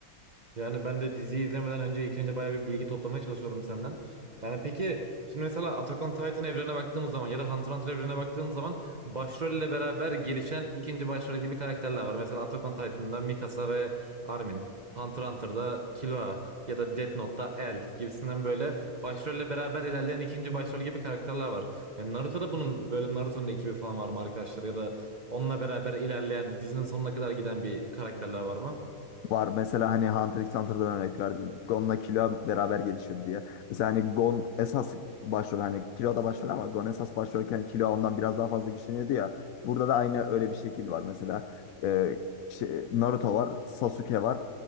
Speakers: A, on the right; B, on the left.
A: Yani ben de diziyi izlemeden önce ilk önce bayağı bir bilgi toplamaya çalışıyorum senden. Yani peki şimdi mesela Attack on Titan evrene baktığımız zaman ya da Hunter x Hunter evrene baktığımız zaman başrolle beraber gelişen ikinci başrol gibi karakterler var. Mesela Attack on Titan'da Mikasa ve Armin, Hunter x Hunter'da Killua ya da Death Note'da L gibisinden böyle başrolle beraber ilerleyen ikinci başrol gibi karakterler var. Yani Naruto'da bunun böyle Naruto'nun ekibi falan var mı arkadaşlar ya da onunla beraber ilerleyen dizinin sonuna kadar giden bir karakterler var mı?
B: var. Mesela hani Hunter x Hunter'dan örnek verdin. Gon'la Killua beraber gelişir diye. Mesela hani Gon esas başrol hani Killua da başrol ama Gon esas başrolken Killua ondan biraz daha fazla güçleniyordu ya. Burada da aynı öyle bir şekil var mesela. Ee, şey, Naruto var, Sasuke var.